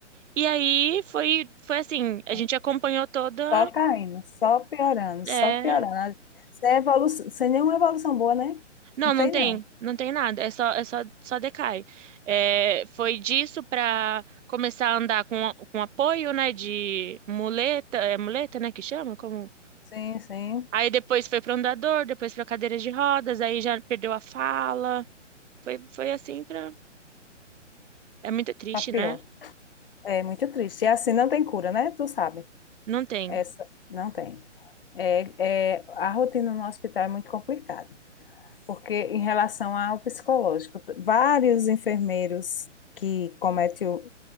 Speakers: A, on the right; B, on the left.
A: E aí foi, foi assim: a
B: é.
A: gente acompanhou toda.
B: só caindo, só piorando, só
A: é,
B: piorando. Sem evolu- sem nenhuma evolução boa, né?
A: Não,
B: Não tem,
A: não tem,
B: não.
A: não tem nada, é só, é só, só decai. É, foi disso para começar a andar com, com apoio, né, de muleta, é muleta, né, que chama? Como...
B: Sim, sim,
A: Aí depois foi para andador, depois para cadeira de rodas, aí já perdeu a fala. Foi, foi assim pra... É muito triste,
B: tá pior.
A: né?
B: É muito triste. E assim não tem cura, né? Tu sabe.
A: Não tem.
B: Essa não tem. É, é, a rotina no hospital é muito complicada, porque em relação ao psicológico, t- vários enfermeiros que cometem, o-